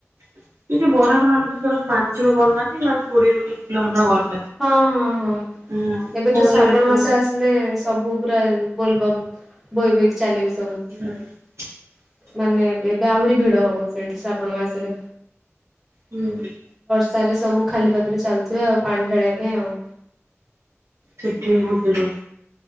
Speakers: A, on the right (about 75°); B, in the centre.
A: ଏ ଯଉ ବରାଳବାଲୁକେଶ୍ୱରରେ ମାନସିକ କରୁନାହାନ୍ତି ନହେଲେ ପୁରୀ ରୁ କିଛି ଘଣ୍ଟା ଗଲେ
B: ହଁ ହଁ ହଁ
A: ହୁଁ
B: ଏବେ
A: ଫୋନରେ
B: ତ ଶ୍ରାବଣ
A: ଦେଖୁଥିବୁ
B: ମାସ ଆସିଲେ ସବୁ ପୁରା ବୋଲବମ୍ ବହି ବହିକି ଚାଲିବେ ସବୁ।
A: <inaudible>
B: ମାନେ ଏବେ ଆହୁରି ଭିଡ ହବ ସେଇଠି ଶ୍ରାବଣ ମାସରେ।
A: ହୁଁ।
B: ତାହେଲେ ସବୁ ଖାଲି ପାଦରେ ଚାଲୁଥିବେ ଆଉ ପାଣି <unintelligible> ପାଇଁ ଆଉ
A: ସେଠିବି ବହୁତ୍ ଭିଡ।